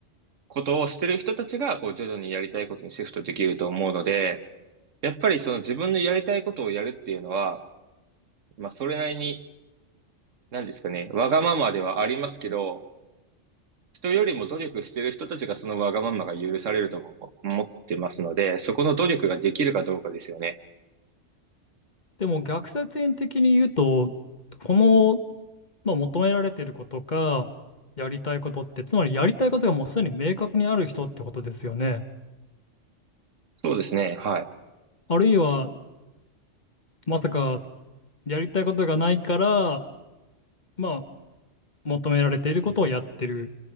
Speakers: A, on the right; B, on the left.
A: ことをしてる人たちが、こう、徐々にやりたいことにシフトできると思うので、やっぱりその自分のやりたいことをやるっていうのは、まあ、それなりに、なんですかね、わがままではありますけど、人よりも努力してる人たちがそのわがままが許されるとも思ってますので、そこの努力ができるかどうかですよね。
B: でも逆説円的に言うと、この、まあ、求められていることか、やりたいことって、つまりやりたいことがもうすでに明確にある人ってことですよね。
A: そうですね、は
B: あるいは、まさかやりたいことがないから、まあ、求められていることをやってる